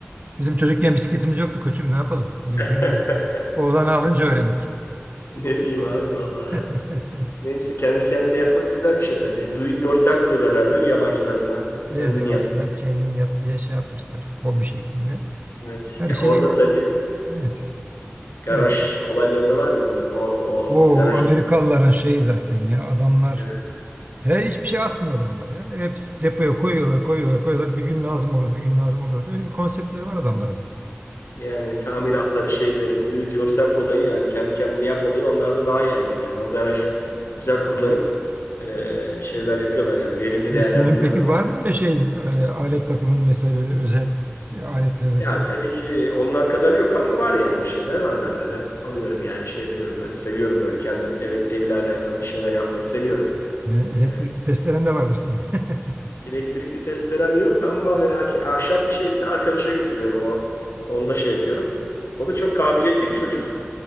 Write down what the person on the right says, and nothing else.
Bizim çocukken bisikletimiz yoktu koçum ne yapalım? Biz
büyüyünce oğlanı alınca öğrendik.
<laughs>
Evet yabancılar
kendin yap diye şey yapmışlar hobi şeklinde.
Her
şey
evet.
Her, şey,
o
Amerikalıların şeyi zaten ya adamlar
He, hiçbir şey atmıyor adamlar ya. Hep depoya koyuyorlar, koyuyorlar, koyuyorlar. Bir gün lazım olur, bir gün lazım olur diye. Öyle bir konseptleri var adamların.
Ve
senin peki var mı öyle şeyin, e, alet takımın vesaire öyle özel e, aletler vesaire?
E, elektrikli
testeren de vardır senin. <laughs>